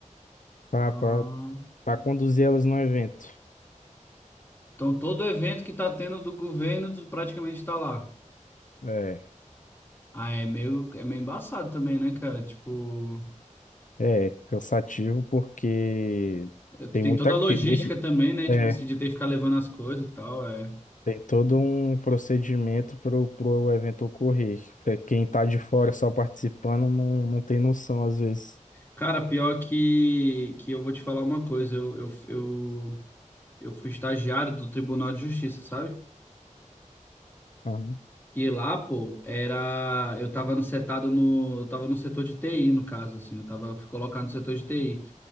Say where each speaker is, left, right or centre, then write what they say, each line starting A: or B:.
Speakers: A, on the left (about 75°); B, on the left (about 15°).
A: para
B: Ah,
A: conduzir elas no evento.
B: então todo evento que tá tendo do governo, tu praticamente tá lá.
A: É,
B: Ah, é meio, é meio embaçado também, né, cara? Tipo,
A: é cansativo porque
B: tu
A: tem
B: tem
A: muita,
B: toda a
A: tem
B: logística
A: muito,
B: também, né? Tipo,
A: é,
B: assim, de ter que ficar levando as coisas e tal, é.
A: tem todo um procedimento para o evento ocorrer. Pra Quem está de fora só participando não, não tem noção às vezes.
B: Cara, pior que, que eu vou te falar uma coisa, eu, eu, eu eu fui estagiário do Tribunal de Justiça, sabe?
A: Aham.
B: E lá, pô, era. Eu tava no setado no. Eu tava no setor de TI, no caso, assim. Eu tava, fui colocado no setor de TI.